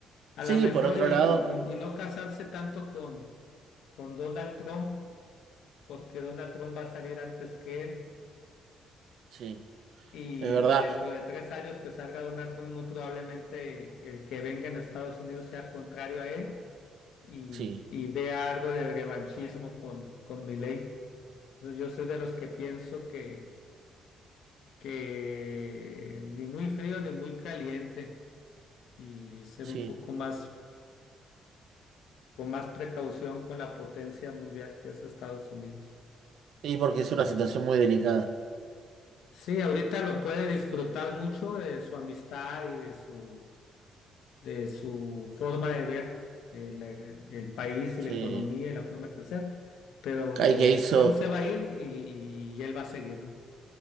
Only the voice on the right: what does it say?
Sí,
por otro
lado,
sí,
es verdad,
sí,
sí,
y porque es una situación muy delicada,
sí.
Hay que hizo,